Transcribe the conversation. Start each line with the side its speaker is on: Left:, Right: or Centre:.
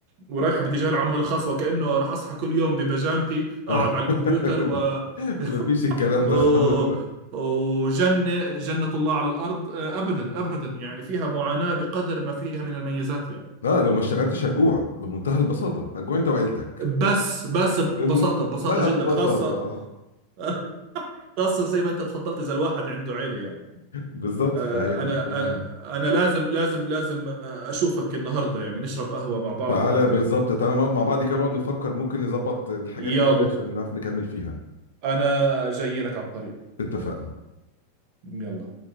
Right: ورايحة باتجاه العمل الخاص وكأنه راح أصحى كل يوم ببجامتي أقعد
Left: آه.
Right: على الكمبيوتر
Left: <laughs>
Right: و...
Left: مفيش الكلام
Right: <laughs> و-
Left: ده خالص
Right: وجنة جنة الله على الأرض آه، أبدا أبدا يعني فيها معاناة بقدر ما فيها من الميزات يعني
Left: لا لو ما اشتغلتش هتجوع بمنتهى البساطه هتجوع انت وعيلتك
Right: بس بس
Left: بمنتهى
Right: ببساطة ببساطة
Left: البساطه
Right: جدا خاصة
Left: اه
Right: <laughs> خاصة زي ما أنت تفضلت إذا الواحد عنده عيلة يعني
Left: بالظبط
Right: آه،
Left: فهي دي
Right: أنا
Left: نقطة مهمة.
Right: آه، أنا لازم لازم لازم آه، أشوفك النهاردة يعني نشرب قهوة مع بعض
Left: تعالى
Right: أو كذا
Left: بالظبط تعالى نقعد مع بعض كده نقعد نفكر ممكن نظبط الحاجات
Right: يلا
Left: دي ازاي عشان نعرف نكمل فيها
Right: أنا جاي لك على الطريق
Left: اتفقنا
Right: يلا